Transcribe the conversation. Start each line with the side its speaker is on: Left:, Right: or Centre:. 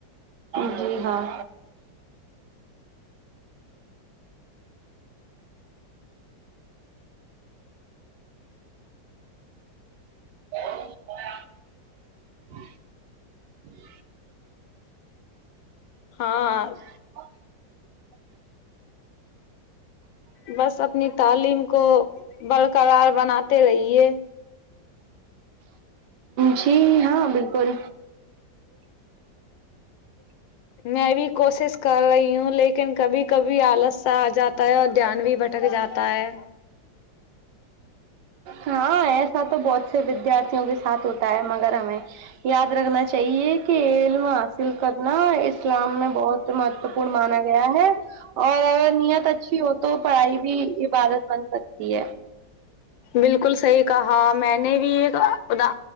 Right: جی ہاں ا <inaudible>
Left: ہاں
Right: <inaudible>
Left: بس اپنی تعلیم کو برقرار بناتے رہیے
Right: جی ہاں بالکل
Left: میں بھی کوشش کر رہی ہوں لیکن کبھی کبھی آلس سا آ جاتا ہے اور دھیان بھی بھٹک جاتا تا ہے
Right: ہاں ایسا تو بہت سے ودیارتھیوں کے ساتھ ہوتا تا ہے مگر ہمیں یاد رکھنا چاہیے کہ علم حاصل کرنا ای اسلام میں بہت مہتوپورن مانا گیا ہے اور اگر نیت اچھی ہو تو پڑھائی بھی عبادت بن سکتی ہے
Left: بالکل صحیح کہا میں نے بھی یہ کہا خدا